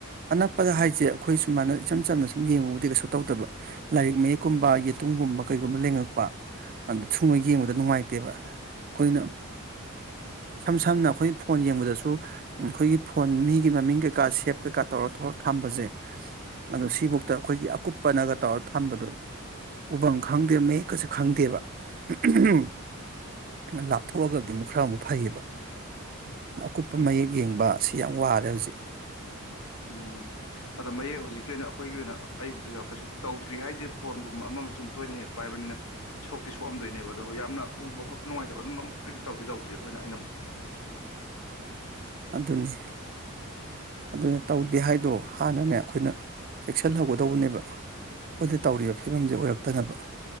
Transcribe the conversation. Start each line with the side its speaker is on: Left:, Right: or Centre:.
Right: ꯑꯅꯛꯄꯗ ꯍꯥꯏꯁꯦ ꯑꯩꯈꯣꯏ ꯁꯨꯃꯥꯏꯅ ꯏꯆꯝ ꯆꯝꯅ ꯁꯨꯝ ꯌꯦꯡꯕꯕꯨꯗꯤ ꯀꯩꯁꯨ ꯇꯧꯗꯕ ꯂꯥꯏꯔꯤꯛ ꯃꯌꯦꯛꯀꯨꯝꯕ ꯌꯦꯇꯨꯝꯒꯨꯝꯕ ꯀꯩꯒꯨꯝꯕ ꯂꯦꯡꯉꯛꯄ ꯁꯨꯝꯕ ꯌꯦꯡꯕꯗ ꯅꯨꯡꯉꯥꯏꯇꯦꯕ ꯑꯩꯈꯣꯏꯅ ꯏꯁꯝ ꯁꯝꯅ ꯑꯩꯈꯣꯏ ꯐꯣꯟ ꯌꯦꯡꯕꯗꯁꯨ ꯑꯩꯈꯣꯏꯒꯤ ꯐꯣꯟ ꯃꯤꯒꯤ ꯃꯃꯤꯡ ꯀꯩꯀꯥ ꯁꯦꯞ ꯀꯩꯀꯥ ꯇꯧꯔ ꯊꯧꯔ ꯊꯝꯕꯁꯦ ꯑꯗꯣ ꯁꯤꯐꯧꯛꯇ ꯑꯩꯈꯣꯏꯒꯤ ꯑꯀꯨꯞꯄꯅꯒ ꯇꯧꯔꯒ ꯊꯝꯕꯗꯣ ꯎꯐꯝꯝ ꯈꯪꯗꯦ ꯃꯌꯦꯛꯀꯁꯨ ꯈꯪꯗꯦꯕ <unintelligible> ꯂꯥꯞꯊꯣꯛꯑꯒꯗꯤ ꯑꯃꯨꯛ ꯈꯔ ꯑꯃꯨꯛ ꯐꯩꯌꯦꯕ ꯑꯀꯨꯞꯄ ꯃꯌꯦꯛ ꯌꯦꯡꯕ ꯁꯤ ꯌꯥꯝ ꯋꯥꯔꯦ ꯍꯧꯖꯤꯛ
Left: ꯎꯝ ꯑꯗꯣ ꯃꯌꯦꯛ ꯍꯧꯖꯤꯛꯀꯤ ꯑꯣꯏꯅ ꯑꯩꯈꯣꯏꯒꯤ ꯑꯣꯏꯅ ꯑꯩꯕꯨꯗꯤꯁꯨ ꯀꯩꯁꯨ ꯇꯧꯗ꯭ꯔꯤ ꯍꯥꯏꯁꯦ ꯐꯣꯟꯒꯨꯝꯕ ꯑꯃ ꯁꯨꯝ ꯇꯣꯏꯅ ꯍꯦꯛ ꯄꯥꯏꯕꯅꯤꯅ ꯁꯣꯛꯇꯤ ꯁꯣꯛꯑꯝꯗꯣꯏꯅꯦꯕ ꯑꯗꯣ ꯌꯥꯝꯅ ꯎꯕ ꯈꯣꯠꯄ ꯅꯨꯡꯉꯥꯏꯇꯕ ꯑꯗꯨꯝ ꯑꯃꯃꯛꯇꯗꯤ ꯇꯧꯗꯤ ꯇꯧꯗ꯭ꯔꯤ ꯑꯩꯈꯣꯏꯅ ꯑꯩꯅ ꯑꯃꯨꯛ
Right: ꯑꯗꯨꯅꯤ ꯑꯗꯨꯅ ꯇꯧꯗꯦ ꯍꯥꯏꯗꯣ ꯍꯥꯟꯅꯅꯦ ꯑꯩꯈꯣꯏꯅ ꯆꯦꯛꯁꯤꯜꯍꯧꯒꯗꯧꯕꯅꯦꯕ ꯑꯩꯈꯣꯏꯗ ꯇꯧꯔꯤꯕ ꯐꯤꯕꯝꯁꯦ ꯑꯣꯏꯔꯛ ꯇꯅꯕ